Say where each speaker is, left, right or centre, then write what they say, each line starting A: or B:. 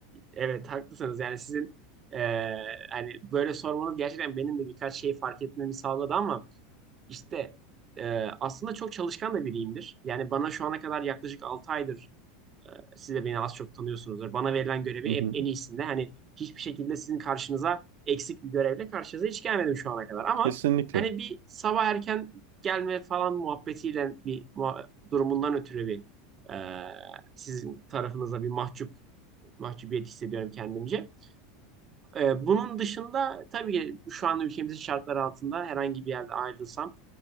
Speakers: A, on the right; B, on the right.
A: Evet haklısınız. Yani sizin eee, hani böyle sormanız gerçekten benim de birkaç şey fark etmemi sağladı ama işte eee, aslında çok çalışkan da biriyimdir. Yani bana şu ana kadar yaklaşık 6 aydır eee, siz de beni az çok tanıyorsunuzdur. Bana verilen görevi
B: Hı hı.
A: hep en iyisinde. Hani hiçbir şekilde sizin karşınıza eksik bir görevle karşınıza hiç gelmedim şu ana kadar. Ama
B: Kesinlikle.
A: hani bir sabah erken gelme falan muhabbetiyle bir muha- durumundan ötürü bir eee, sizin tarafınıza bir mahcup mahcubiyet hissediyorum kendimce. Ee, bunun dışında tabii ki şu an ülkemizin şartları altında herhangi bir yerde ayrılsam